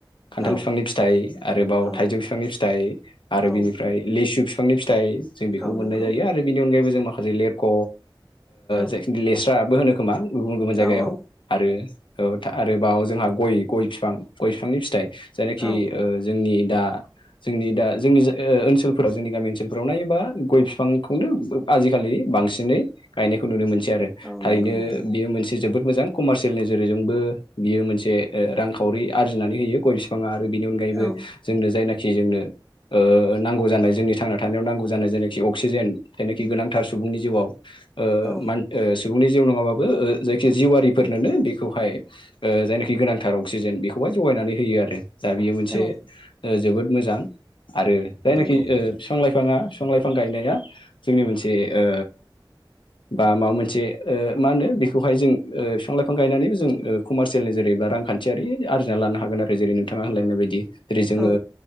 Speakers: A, on the left (about 80°); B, in the centre.
A: खान्थाल
B: औ
A: बिफांनि फिथाइ आरोबाव
B: औ
A: थाइजौ बिफांनि फिथाइ आरो
B: औ
A: बिनिफ्राय लिसु बिफांनि फि थाइ जों बेखौ
B: औ
A: मोननाय
B: नंगौ
A: जायो आरो बेनि अनगायैबो जों माखासे लेरख'
B: औ
A: जायखिनि लेस <unintelligible> बो होनो खोमा गुबुन गुबुन जायगायाव
B: औ औ
A: आरो औ आरोबाव जोंहा गय गय बिफां गय बिफांनि फिथाइ जायनाखि
B: औ
A: ओ जोंनि दा जोंनि दा जोंनि ओ ओनसोलफोराव जोंनि गामि ओनसोलफोराव नायोबा गय बिफांखौनो आजिखालि बांसिनै गायनायखौ नुनो मोनसै आरो
B: औ
A: थारैनो
B: नंगौ नोंथां
A: बेयो मोनसे जोबोद मोजां कमारसियेल नोजोरजोंबो बियो मोनसे ओ रांखावरि आरजिनानै होयो गय बिफाङा बिनि अनगायैबो
B: औ
A: जोंनो जायना खि जोंनो ओ नांगौ जानाय जोंनि थांना थानायाव नांगौ जानाय जेनाखि अक्सिजेन जायनाखि गोनांथार सुबुंनि जिउआव ओ
B: औ
A: मान ओ सुबुंनि जिउ नङाबाबो बो ओ जायखि जिउआरिफोरनोनो बेखौहाय ओ जायना खि गोनांथार अक्सिजेन बेखौहाय जगायनानै होयो आरो दा बियो मोनसे
B: औ
A: ओ जोबोद मोजां। आरो जायनाखि
B: नंगौ
A: ओ बिफां लाइफाङा बिफां लाइफां गायनाया जोंनि मोनसे ओ बा माबा मोनसे ओ मा होनो बेखौहाय जों ओ बिफां लाइफां बिफां गायनानैबो जों ओ कमारसियेलनि जेरैबा रांखान्थियारि आरजिना लानो हागोन आरो जेरै नोंथाङा होलांनाय बायदि जेरै जोङो
B: औ